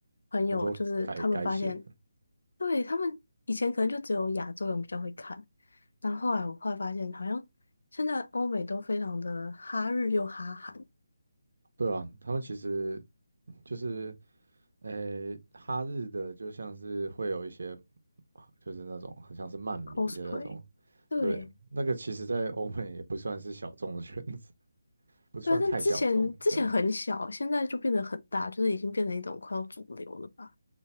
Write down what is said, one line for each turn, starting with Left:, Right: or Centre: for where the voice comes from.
Left: 朋友就是他们发现，
Right: 很多改改写，
Left: 对，他们以前可能就只有亚洲人比较会看，但后后来我后来发现，好像现在欧美都非常的哈日又哈韩
Right: 对啊，他们其实就是诶、哈日的就像是会有一些就是那种很像是漫迷的那种，
Left: cosplay，对
Right: 对，那个其实在欧美也不算是小众的圈子，不算太小众，
Left: 对啊，但之前之前很小，
Right: 对啊
Left: 现在就变得很大，就是已经变成一种快要主流了吧。